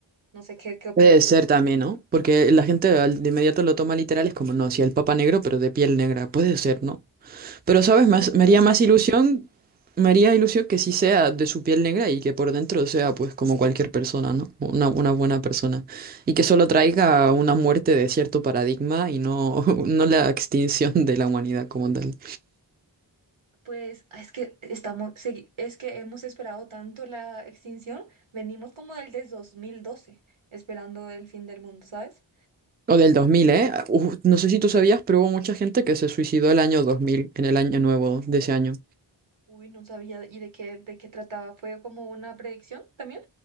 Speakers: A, on the right (about 85°); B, on the right (about 20°).
A: No sé qué, qué opinas
B: Puede ser
A: tú.
B: también, ¿no? Porque la gente al- de inmediato lo toma literal, es como, no, si el Papa Negro, pero de piel negra, puede ser, ¿no? Pero, ¿sabes?
A: Que somos
B: Más, me
A: tan
B: haría
A: racistas.
B: más ilusión, me haría ilusión que sí sea de su piel negra y que por dentro sea, pues, como cualquier persona, ¿no? Una, una buena persona. Y que solo traiga una muerte de cierto paradigma y no, <laughs> no la extinción de la humanidad como tal.
A: Pues ah, es que estamos, segui- es que hemos esperado tanto la extinción, venimos como desde 2012 esperando el fin del mundo, ¿sabes?
B: O del 2000, ¿eh? Uf, no sé si tú sabías, pero hubo mucha gente que se suicidó el año 2000, en el año nuevo de ese año.
A: Uy, no sabía. ¿Y de qué, de qué trataba? ¿Fue como una predicción también?